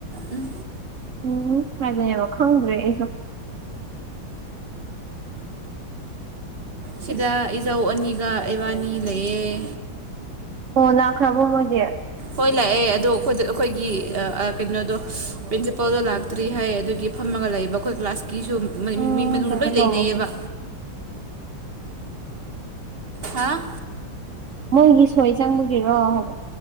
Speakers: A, on the right; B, on the right.
A: ꯎꯝ
B: ꯎꯝ ꯍꯥꯏꯅꯦꯕ ꯈꯪꯗ꯭ꯔꯦ ꯑꯩꯁꯨ
A: ꯁꯤꯗ
B: ꯑꯁ
A: ꯏꯖꯧ ꯑꯅꯤꯒ ꯏꯕꯥꯅꯤ ꯂꯩꯑ
B: ꯑꯣ ꯂꯥꯛꯈ꯭ꯔꯕꯣ ꯃꯣꯏꯗꯤꯦ
A: ꯍꯣꯏ ꯂꯥꯛꯑꯦ ꯑꯗꯣ ꯑꯩꯈꯣꯏꯗ ꯑꯩꯈꯣꯏꯒꯤ ꯀꯩꯅꯣꯗꯣ ꯄ꯭ꯔꯤꯟꯁꯤꯄꯥꯜꯗꯣ ꯂꯥꯛꯇ꯭ꯔꯤ ꯍꯥꯏ ꯑꯗꯨꯒꯤ ꯐꯝꯃꯒ ꯂꯩꯌꯦꯕ ꯑꯩꯈꯣꯏ ꯀ꯭ꯂꯥꯁꯀꯤꯁꯨ
B: ꯎꯝ
A: ꯃꯤ ꯃꯅꯨꯡꯗ
B: ꯀꯩꯅꯣ
A: ꯂꯣꯏ
B: ꯇꯧꯕꯒꯤ
A: ꯂꯩꯅꯩꯌꯦꯕ ꯍꯥꯥ
B: ꯃꯣꯏꯒꯤ ꯁꯣꯏ ꯆꯪꯕꯒꯤꯔꯣ ꯍꯥꯏꯕꯣ